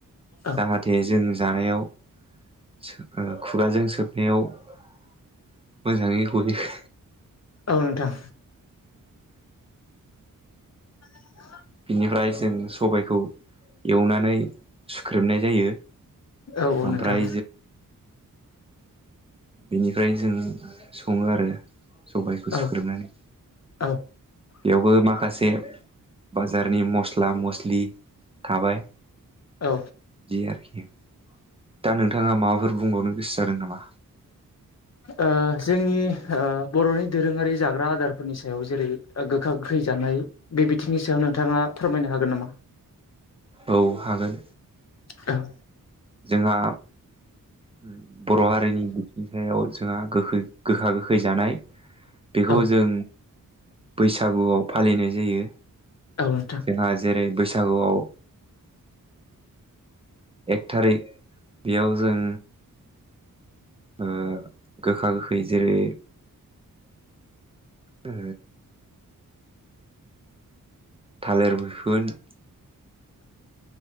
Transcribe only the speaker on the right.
जाहाथे जोंङो जानायाव <inaudible> सो-ओ-खुगाजों सोबनायाव <inaudible> मजांङै ग'यो हो हो।
बिनिफ्राय जों सबायखौ एवनानै सुख्रेमनाय जायो।
ओमफ्राय
बेनिफ्राय जों सङो आरो सबायखौ
सुख्रोमनानै।
बेयावबो माखासे बाजारनि मस्ला-मस्लि थाबाय।
दि आरोखि दा नोंथाङा माबाफोर बुंबावनो गोस जा‌दों नामा?
औ हागोन
जोंहा <inaudible> बर' हारिनि बिथिं सायाव जोंहा गोैखै गोखा गोखै जानाय बेखौ
जों बैसागुआव फालिनाय जायो
जोंहा जेरै बै सागुआव ओ <inaudible> थारै बेयाव जों ओ गोखा-गोखै जेरै <inaudible> ओ। थालिर मैखुन <inaudible>